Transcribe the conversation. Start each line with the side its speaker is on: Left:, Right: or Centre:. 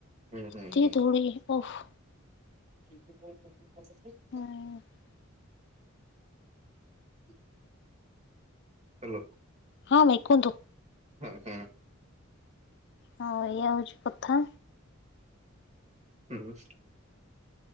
Right: ହୁଁ ହୁଁ
Left: ଏତେ
Right: ହୁଁ।
Left: ଧୂଳି ଓଃ।
Right: <unintelligible>
Left: ହଁ
Right: <unintelligible> ହାଲୋ।
Left: ହଁ ଭାଇ‌‌ କୁହନ୍ତୁ।
Right: <unintelligible> ହୁଁ।
Left: ହଁ ଭାଇ ଏଇଆ ହେଉଚି କଥା।
Right: ହୁଁ।